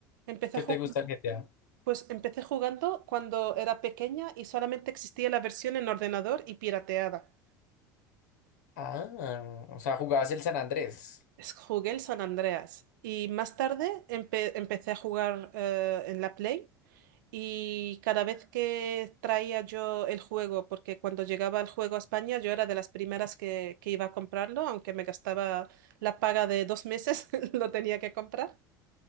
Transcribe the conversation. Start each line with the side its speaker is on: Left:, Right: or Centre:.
Right: Empecé
Left: ¿Qué
Right: jugando,
Left: te gusta el GTA?
Right: pues empecé jugando cuando era pequeña y solamente existía la versión en ordenador y pirateada.
Left: Ah, o sea, jugabas el San Andrés
Right: Es- Jugué el San Andreas y más tarde empe- empecé a jugar eh, en la Play y cada vez que traía yo el juego, porque cuando llegaba el juego a España yo era de las primeras que, que iba a comprarlo, aunque me gastaba la paga de dos meses, <laughs> lo tenía que comprar.